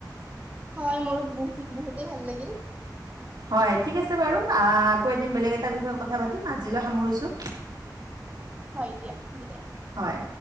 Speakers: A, on the right; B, on the right.
A: হয় মোৰ বহুত বহুতেই ভাল লাগিল।
B: হয় ঠিক আছে বাৰু। আকৌ এদিন বেলেগ এটা বিষয়ত কথা পাতিম আজিলৈ সামৰিছোঁ।
A: হয় দিয়া বিদায়।
B: হয়।